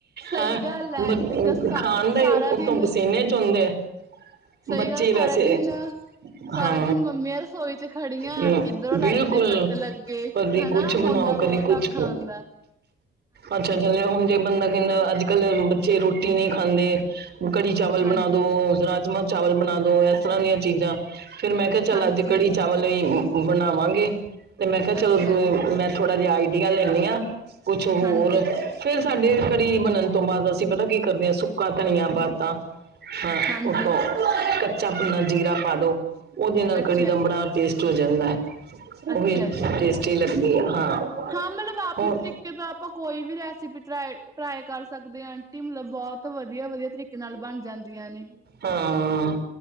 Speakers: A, on the right; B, on the right.
A: ਸਹੀ
B: ਹੈਂ
A: ਗੱਲ ਹੈ
B: ਬ
A: ਇੱਕ ਸਾ
B: ਖਾਣ ਦਾ
A: ਸਾਰਾ
B: ਈ ਉੱਤੋਂ
A: ਦਿਨ
B: ਪਸੀਨੇ ਚੋਂਦੇ
A: ਸਹੀ
B: ਬੱਚੇ
A: ਗੱਲ ਸਾਰਾ
B: ਵੈਸੇ,
A: ਦਿਨ ਸਾਰਾ
B: ਹਾਂ।
A: ਦਿਨ ਮੰਮੀਆਂ ਰਸੋਈ 'ਚ ਖੜੀ ਆਂ
B: ਹੂੰ,
A: ਇੱਧਰੋਂ ਲਾਈਟ
B: ਬਿਲਕੁਲ
A: ਦੇ ਕੱਟ ਲੱਗੇ
B: ਕਦੀ
A: ਹੈਨਾ।
B: ਕੁਛ
A: ਹੁੰਦਾ
B: ਬਣਾਓ
A: ਬੋਤ
B: ਕਦੀ ਕੁਛ
A: ਆ ਖਾਣ ਦਾ।
B: ਅੱਛਾ, ਚਲੇ ਹੁਣ ਜੇ ਬੰਦਾ ਕੇਂਦਾ ਅੱਜ-ਕਾੱਲ ਬੱਚੇ ਰੋਟੀ ਨਈ ਖਾਂਦੇ ਕੜੀ-ਚਾਵਲ
A: ਹਾਂਜੀ
B: ਬਣਾ ਦੋ, ਰਾਜਮਾਂ ਚਾਵਲ ਬਣਾ ਦੋ। ਐਸ ਤਰ੍ਹਾਂ ਦੀਆਂ ਚੀਜ਼ਾਂ ਫੇਰ ਮੈਂ ਕਿਆ ਚੱਲ
A: ਹਾਂਜੀ
B: ਅੱਜ ਕੜੀ ਚਾਵਲ ਨਈ ਬਣਾਵਾਂਗੇ ਤੇ ਮੈਂ ਕਿਆ ਚਲੋ
A: ਅੱਛਾ
B: ਦੂ
A: ਜੀ
B: ਮੈਂ ਥੋੜਾ ਜੇਆ ਆਈਡੀਆ ਲੇਂਨੀ ਆਂ ਕੁਛ ਹੋਰ
A: ਹਾਂਜੀ
B: ਫੇਰ ਸਾਡੇ ਕੜੀ ਬਣਨ ਤੋਂ ਬਾਦ ਅਸੀ ਪਤੈ ਕੀ ਕਰਨੇ ਆਂ ਸੁੱਕਾ ਧਨੀਆ ਪਾ ਤਾ ਹਾਂ,
A: ਹਾਂਜੀ
B: ਉੱਤੋਂ ਕੱਚਾ ਭੁੰਨਾ ਜੀਰਾ ਪਾ ਦੋ ਓਦੇ ਨਾਲ
A: ਅੱਛਾ
B: ਕੜੀ ਦਾ ਬੜਾ
A: ਜੀ
B: ਟੇਸਟ ਹੋ ਜਾਂਦੈ। ਓ
A: ਅੱਛਾ
B: ਵੀ
A: ਜੀ
B: ਟੇਸਟੀ ਲੱਗਦੀ ਐ, ਹਾਂ।
A: ਹਾਂ ਮਤਲਬ ਆਪਣੇ
B: ਹੋਰ
A: ਤਰੀਕੇ ਦਾ ਆਪਾਂ ਕੋਈ ਵੀ ਰੈਸਪੀ ਟ੍ਰਾਏ, ਟ੍ਰਾਏ ਕਰ ਸਕਦੇ ਆਂ ਆਂਟੀ ਮਤਲਬ ਬੋ ਤ ਵਧੀਆ-ਵਧੀਆ ਤਰੀਕੇ ਨਾਲ ਬਣ ਜਾਂਦੀਆਂ ਨੇ।
B: ਹਾਂ,